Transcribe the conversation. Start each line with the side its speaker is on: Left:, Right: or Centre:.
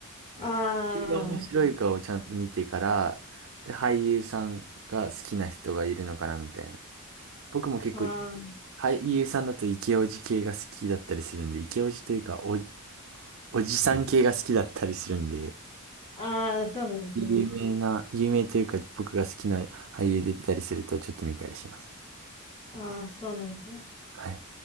Left: あ
Right: それが面白いかをちゃんと見てから、で、俳優さんが好きな人がいるのかなみたいな。僕も結構、
Left: あ、あ
Right: 俳優さんだとイケオジ系が好きだったりするんで、イケオジというかお、おじさん系が好きだったりするんで、
Left: あ、ああ、そうなんですね。
Right: 有名な、有名というか僕が好きな俳優出てたりするとちょっと見たりします。
Left: ああ、そうなんですね。
Right: はい。